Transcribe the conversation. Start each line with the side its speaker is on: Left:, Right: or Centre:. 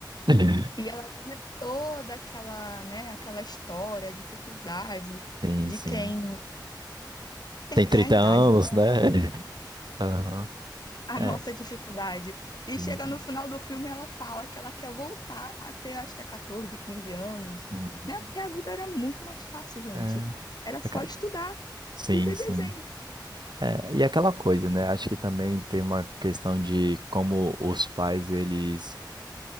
Right: <laughs>
Left: E ela vive toda aquela, né, aquela história, dificuldade
Right: Sim,
Left: de
Right: sim.
Left: quem, quem
Right: Tem
Left: tem
Right: 30
Left: a idade,
Right: anos,
Left: né?
Right: né? <laughs> Aham.
Left: a
Right: É.
Left: nossa dificuldade. E
Right: tem-
Left: chega no final do filme, ela fala que ela quer voltar até acho que é catorze 15 anos,
Right: Uhum.
Left: né? Porque a vida era muito mais fácil, gente.
Right: É.
Left: Era
Right: Aca-
Left: só estudar
Right: Sim,
Left: e ver
Right: sim.
Left: desenho.
Right: É, e aquela coisa, né? Acho que também tem uma questão de como os pais, eles